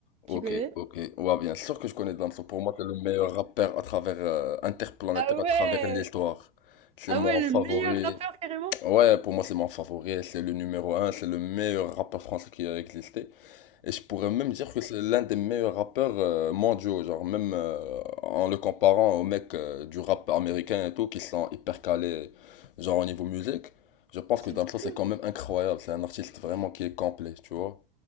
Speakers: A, on the right; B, on the left.
A: tu
B: Ok,
A: connais?
B: ok. Ouais, bien sûr que je connais Damso. Pour moi, c'est le meilleur rappeur à travers, euh, interplanétaire
A: Ah
B: à
A: ouais!
B: travers l'histoire. C'est
A: Ah
B: mon
A: ouais, le
B: favori.
A: meilleur rappeur carrément!
B: Ouais, pour moi, c'est mon favori, c'est le numéro un, c'est le meilleur rappeur français qui a existé. Et je pourrais même dire que c'est l'un des meilleurs rappeurs euh, mondiaux, genre même euh, en le comparant aux mecs euh, du rap américain et tout, qui sont hyper calés, genre au niveau musique. Je pense
A: Tu
B: que Damso,
A: te trompes.
B: c'est quand même incroyable, c'est un artiste vraiment qui est complet, tu vois.